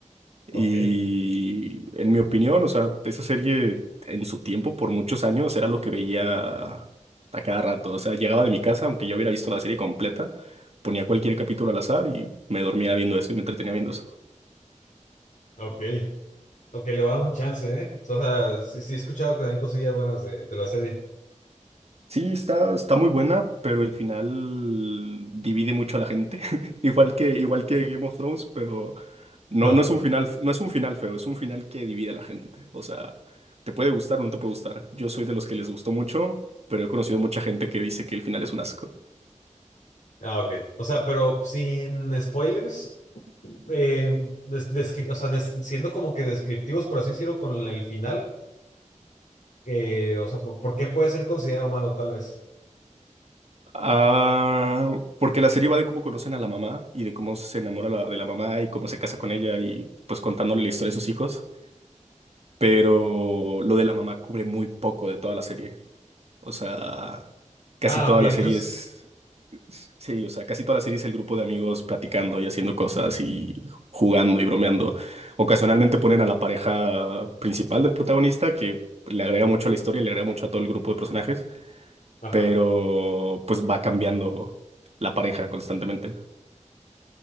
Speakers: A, on the right; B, on the left.
A: Y
B: Ok,
A: en mi opinión, o sea, esa serie en su tiempo, por muchos años, era lo que veía a cada rato. O sea, llegaba de mi casa, aunque yo hubiera visto la serie completa, ponía cualquier capítulo al azar y me dormía viendo eso y me entretenía viendo eso.
B: ok. Ok, le voy a dar un chance, ¿eh? O sea, sí, sí he escuchado que hay cosillas buenas de, de la serie.
A: Sí, está, está muy buena, pero el final divide mucho a la gente. <laughs> Igual que, igual que Game of Thrones, pero no,
B: No.
A: no es un final, no es un final feo, es un final que divide a la gente. O sea, te puede gustar o no te puede gustar. Yo soy de los que les gustó mucho, pero he conocido mucha gente que dice que el final es un asco.
B: Ah, ok. O sea, pero sin spoilers, eh, des- descri- o sea, des- siendo como que descriptivos, por así decirlo, con el final, eh, o sea, ¿por, por qué puede ser considerado malo tal vez?
A: Ah, porque la serie va de cómo conocen a la mamá y de cómo se enamora la- de la mamá y cómo se casa con ella y pues contándole la historia de sus hijos. Pero lo de la mamá cubre muy poco de toda la serie. O sea, casi
B: Ah,
A: toda
B: ok, entonces...
A: la serie es... Sí, o sea, casi toda la serie es el grupo de amigos platicando y haciendo cosas y jugando y bromeando. Ocasionalmente ponen a la pareja principal del protagonista, que le agrega mucho a la historia, le agrega mucho a todo el grupo de personajes,
B: Ajá.
A: pero pues va cambiando la pareja constantemente.